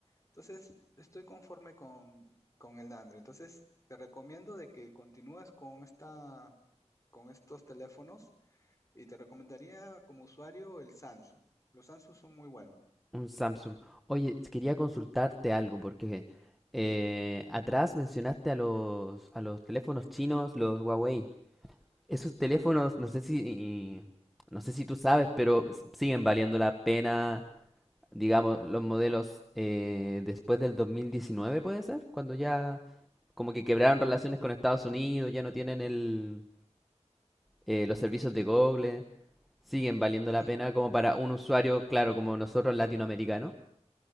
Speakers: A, on the left; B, in the centre.
A: Entonces, estoy conforme con, con el Android. Entonces, te recomiendo de que continúes con esta, con estos teléfonos y te recomendaría como usuario el Samsung. Los Samsung son muy buenos.
B: Un Samsung. Oye, quería consultarte algo porque eh, atrás mencionaste a los, a los teléfonos chinos, los Huawei. Esos teléfonos, no sé si, no sé si tú sabes, pero s- siguen valiendo la pena digamos, los modelos eh, después del 2019, puede ser, cuando ya como que quebraron relaciones con Estados Unidos, ya no tienen el, eh, los servicios de Google, siguen valiendo la
A: Sí,
B: pena como para un usuario, claro, como nosotros latinoamericanos.